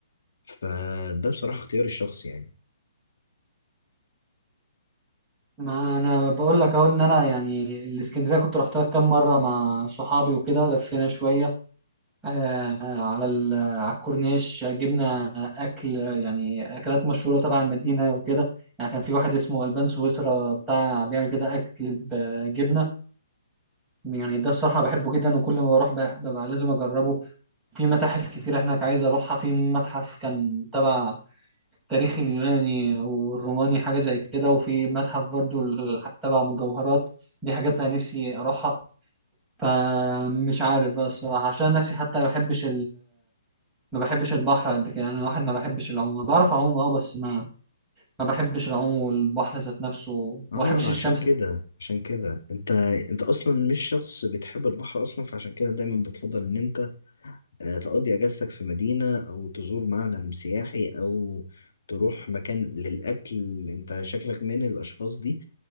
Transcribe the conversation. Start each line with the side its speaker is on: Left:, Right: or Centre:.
Left: فده بصراحة اختياري الشخصي يعني
Centre: ما انا بقول لك اهو ان انا يعني الاسكندريه كنت رحتها كام مره مع صحابي وكده لفينا شويه آه، على ال- على الكورنيش جبنا اكل يعني اكلات مشهوره تبع المدينه وكده يعني كان في واحد اسمه البان سويسرا بتاع بيعمل كده اكل بجبنه يعني ده الصراحه بحبه جدا وكل ما بروح بقى- ببقى لازم اجربه في متاحف كتير هناك عايز اروحها في متحف كان تبع تاريخ اليوناني والروماني حاجه زي كده وفي متحف برضو ال- تبع مجوهرات دي حاجات انا نفسي اروحها فمش عارف بقى الصراحه عشان نفسي حتى ما بحبش ما بحبش البحر قد كده انا واحد ما بحبش العوم أنا بعرف اعوم اه بس ما ما بحبش العوم والبحر ذات نفسه
Left: اه
Centre: وما بحبش الشمس
Left: عشان كده
Centre: كده
Left: عشان كده انت انت اصلا مش شخص بتحب البحر اصلا فعشان كده دايما بتفضل ان انت آه، تقضي اجازتك في مدينة او تزور معلم سياحي او تروح مكان للاكل انت شكلك من الاشخاص دي